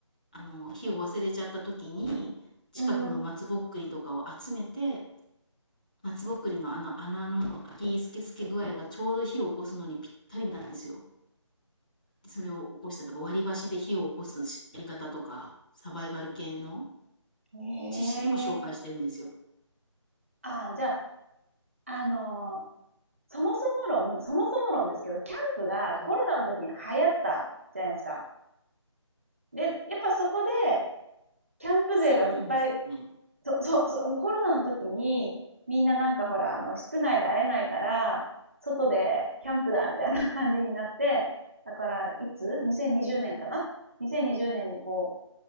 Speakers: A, on the left; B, on the right.
A: あの、火を忘れちゃった時に、近くの松ぼっくりとかを集めて、
B: ーん。
A: 松ぼっくりのあの穴の開きスケスケ具合がちょうど火を起こすのにぴったりなんですよ。で、それを起こしたとか、割り箸で火を起こすやり方とか、サバイバル系の
B: ええ
A: 知識も紹介してるんですよ。
B: ああ、じゃあ、あのーそもそも論、そもそも論ですけど、キャンプがコロナの時に流行ったじゃないですか。
A: うん。
B: で、やっぱそこで、キャンプ勢がいっぱい、
A: そうなんですかね。
B: そ、そ、そ、もうコロナの時に、みんななんかほら、あの、室内で会えないから、外でキャンプだ、みたいな感じになって、だから、いつ ?2020 年かな ?2020 年にこう、